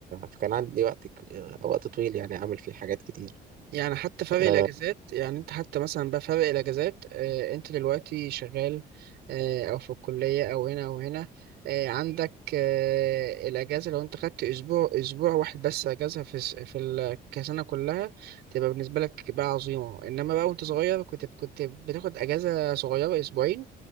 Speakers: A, on the right; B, on the right.
A: فكان عندي وقت ك- آه، وقت طويل يعني أعمل فيه حاجات كتير
B: يعني حتى فرق
A: آه،
B: الاجازات يعني انت حتى مثلا بقى فرق الاجازات اه انت دلوقتي شغال اه او في الكليه او هنا او هنا اه عندك اه الاجازه لو انت خدت اسبوع اسبوع واحد بس اجازه في الس- في ال- كسنه كلها تبقى بالنسبه لك بقى عظيمه انما بقى وانت صغير كنت كنت بتاخد اجازه صغيره اسبوعين